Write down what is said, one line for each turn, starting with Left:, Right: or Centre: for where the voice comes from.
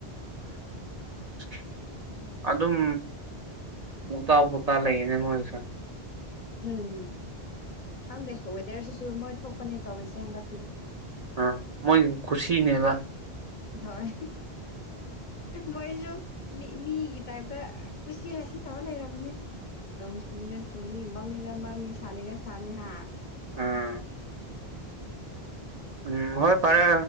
Right: <unintelligible> ꯑꯗꯨꯝ ꯎꯇꯥ ꯄꯨꯇꯥ ꯂꯩꯌꯦꯅꯦ ꯃꯣꯏꯁꯦ
Left: ꯎꯝ ꯈꯪꯗꯦ ꯋꯦꯗꯔꯁꯤꯁꯨ ꯃꯣꯏ ꯊꯣꯛꯄꯅꯦ ꯇꯧꯔꯤꯁꯦ ꯍꯟꯗꯛꯇꯤ
Right: ꯑ ꯃꯣꯏ ꯀꯨꯁꯤꯅꯦꯕ
Left: ꯍꯣꯏ ꯃꯣꯏꯁꯨ ꯃꯤ ꯃꯤꯒꯤ ꯇꯥꯏꯞꯇ ꯀꯨꯁꯤꯔꯥꯁꯤ ꯇꯧ ꯂꯩꯔꯕꯅꯦ ꯅꯣꯡ ꯆꯨꯅꯤꯡꯉ ꯆꯨꯅꯤ ꯃꯝꯅꯤꯡꯉ ꯃꯝꯅꯤ ꯁꯥꯅꯤꯡꯉ ꯁꯥꯅꯤ ꯍꯥ
Right: ꯑꯝ ꯎꯝ
Left: ꯑꯗꯨꯗ
Right: ꯍꯣꯏ ꯐꯔꯦ